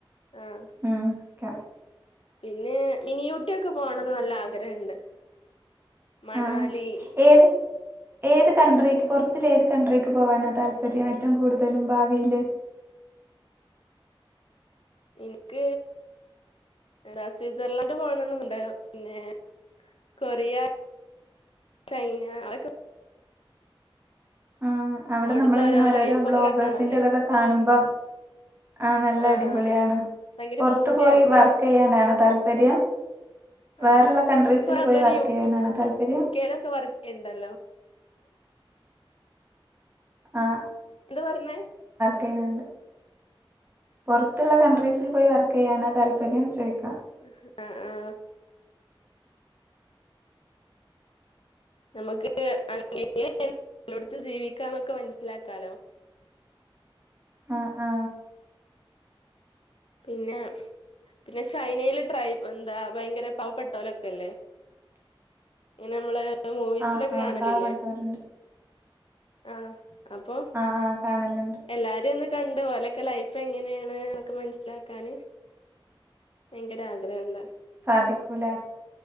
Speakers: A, on the left; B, on the right.
A: ആഹ്
B: ഉം ക്ക
A: പിന്നെ മിനിഊട്ടി ഒക്കെ പോണന്ന് നല്ല ആഗ്രഹണ്ട് മണാലി
B: ആ ഏത് ഏത് കൺട്രിക്ക് പുറത്തുള്ള ഏത് കൺട്രിക്ക് പോവാന താല്പര്യം ഏറ്റവും കൂടുതലും ഭാവിയില്
A: ഇൻക് റസ് സീസർലാൻഡ് പോന്ന്ണ്ട് പിന്നെ കൊറിയ ചൈന അതൊ
B: ആ അവിടെ
A: അവിടുത്തെ
B: നമ്മളിങ്ങനെ
A: ഓരോ
B: ഓരോരോ
A: ലൈഫൊക്കെ
B: വ്ലോഗർസ്
A: കാണാന്
B: ന്റേതൊക്ക കാണുമ്പം ആ നല്ല
A: ആഹ്
B: അടിപൊളിയാണ്
A: ഭയങ്കര
B: പുറത്ത്
A: പൂതിയാവും
B: പോയി വർക്ക്‌ ചെയ്യാനാണോ താല്പര്യം. വേറെള്ള
A: ആ.
B: കൺട്രീസിൽ
A: ഇപ്പോ കുറെ ആൾക്കാര്
B: പോയി വർക്ക്
A: യു
B: ചെയ്യാനാണോ താല്പര്യം?
A: കെ ലൊക്കെ വർക്ക്‌ ചെയ്യ്ണ്ടല്ലോ
B: ആ
A: എന്തു പറഞ്ഞു
B: പിന്നെന്താ പുറത്തുള്ള കൺട്രിസിൽ പോയി വർ ക്കയ്യാനാ താല്പര്യം ചോയ്ക്ക
A: ഹ്‌ ഹ്‌ അ ആ ങ്ങമ്മക്ക് എങ്ങനെയൊക്കെ ആണ് എല്ലോടത്തും ജീവിക്കാനൊക്കെ മനസ്സിലാക്കാലോ
B: ആ ആ
A: പിന്നെ പിന്നെ ചൈനയിൽ ട്രൈ എന്താ ഭയങ്കര പാവപ്പെട്ടോലൊക്കെല്ലേ ഇങ്ങനെ നമ്മള് മൂവീസിലൊക്കെ
B: ആഹ് ആഹ്
A: കാണലില്ലേ
B: പാവപ്പെട്ടവരുണ്ട്.
A: ആഹ്‌ അപ്പോ
B: ആഹ് ആഹ് കാണലുണ്ട്.
A: എല്ലാരിം ഒന്ന് കണ്ടു ഓലൊക്കെ ലൈഫ് എങ്ങനെയാണ്‌ എന്നൊക്കെ മനസ്സി ലാക്കാന് ഭയങ്കര ആഗ്രഹമുണ്ട്
B: സാധിക്കൂല